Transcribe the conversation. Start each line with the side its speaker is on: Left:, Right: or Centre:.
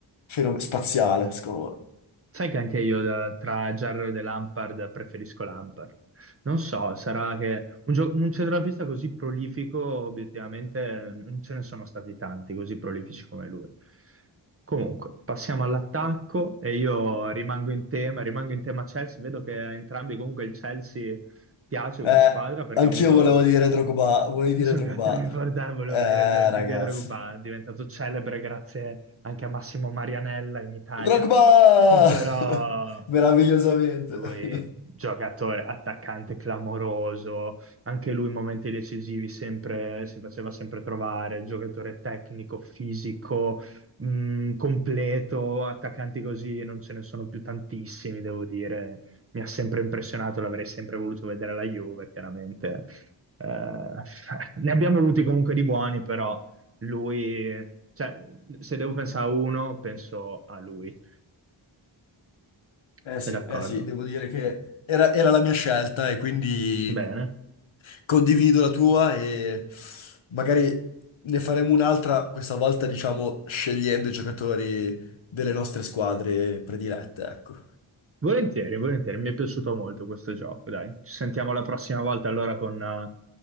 Left: fenom- spaziale, secondo
Right: Sai che anche io da- tra Gerrard e Lampard preferisco Lampard. Non so, sarà che un, gio- un centrocampista così prolifico, obiettivamente, non ce ne sono stati tanti così prolifici come lui. Comunque, passiamo all'attacco e io rimango in tema, rimango in tema Chelsea. Vedo che a entrambi comunque il Chelsea piace
Left: me.
Right: come
Left: Eh,
Right: squadra perché
Left: anch'io
Right: ha avuto
Left: volevo dire Drogba, volevo dire
Right: sono
Left: Drogba.
Right: un attore importante, volevo
Left: Eh,
Right: dire, de- di
Left: ragazzi.
Right: Dietro Gubà, è diventato celebre grazie anche a Massimo Marianella in Italia,
Left: Drogba!
Right: <laughs> però
Left: <laughs> Meravigliosamente.
Right: lui, giocatore, attaccante clamoroso, anche lui in momenti decisivi sempre, si faceva sempre trovare, giocatore tecnico, fisico, mh, completo, attaccanti così non ce ne sono più tantissimi, devo dire. Mi ha sempre impressionato, l'avrei sempre voluto vedere alla Juve, chiaramente eh, <laughs> ne abbiamo avuti comunque di buoni, però lui, cioè, se devo pensare a uno, penso a lui.
Left: Eh
Right: Sei
Left: sì,
Right: d'accordo?
Left: eh sì, devo dire che era, era la mia scelta e quindi
Right: Bene.
Left: condivido la tua e magari ne faremo un'altra, questa volta diciamo scegliendo i giocatori delle nostre squadre predilette, ecco.
Right: Volentieri, volentieri, mi è piaciuto molto questo gioco, dai. Ci sentiamo la prossima volta allora con, eh,